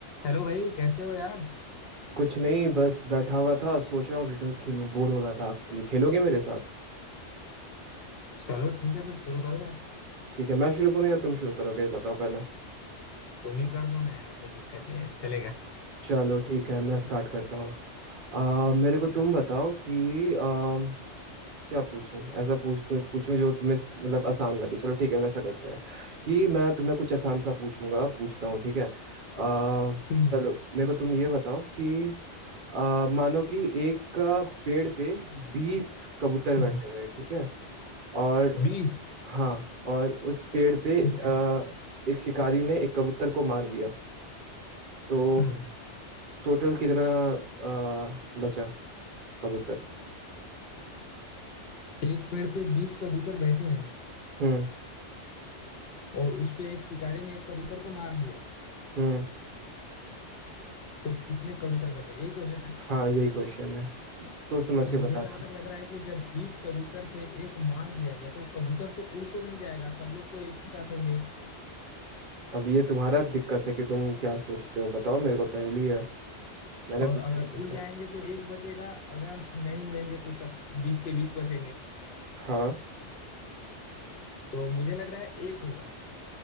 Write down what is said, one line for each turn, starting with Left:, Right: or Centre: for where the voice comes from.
Left: Hello भाई कैसे हो यार
Right: कुछ नहीं बस बैठा हुआ था सोच रहा हूँ रिडल्स खेलूं बोर हो रहा था एक्चुअली खेलोगे मेरे साथ
Left: चलो ठीक है फिर शुरू करो यार
Right: ठीक है मैं शुरू करूँ या तुम शुरू करोगे ये बताओ पहले
Left: तुम ही कर दो ना यार कोई दिक्कत नहीं है चलेगा
Right: चलो ठीक है मैं स्टार्ट करता हूँ आ, मेरे को तुम बताओ कि आ, क्या पूछूं ऐसा पूछ तो, पूछूं जो तुम्हें मतलब आसान लगे चलो ठीक है वैसा करते हैं कि मैं तुम्हें कुछ आसान सा पूछूंगा पूछता हूँ ठीक है आ,
Left: हम्म
Right: चलो मेरे को तुम ये बताओ कि आ, मानो कि एक पेड़ पे बीस कबूतर
Left: हम्म
Right: बैठे हुए हैं ठीक है और
Left: बीस
Right: हाँ और उस पेड़ पे
Left: ठीक है
Right: आ, एक शिकारी ने एक कबूतर को मार दिया तो
Left: हम्म
Right: टोटल कितना आ, बचा कबूतर
Left: एक पेड़ पे बीस कबूतर बैठे हैं
Right: हम्म
Left: और उस पे एक शिकारी ने एक कबूतर को मार दिया
Right: हम्म
Left: तो कितने कबूतर बचे यही क्वेश्चन है ना
Right: हाँ यही क्वेश्चन है सोच समझ
Left: तो मुझे
Right: के बताना
Left: जहां तक लग रहा है कि जब बीस कबूतर थे एक मार दिया गया तो कबूतर तो उड़ तो नहीं जाएगा सब लोग तो एक ही साथ होंगे
Right: अब ये तुम्हारा दिक्कत है कि तुम क्या सोचते हो बताओ मेरे को पहेली है मैंने
Left: और
Right: पूछा
Left: अगर
Right: तुमसे
Left: उड़ जाएंगे तो एक बचेगा अगर नहीं उड़ेंगे तो सब बीस के बीस बचेंगे
Right: हाँ
Left: तो मुझे लग रहा है एक होगा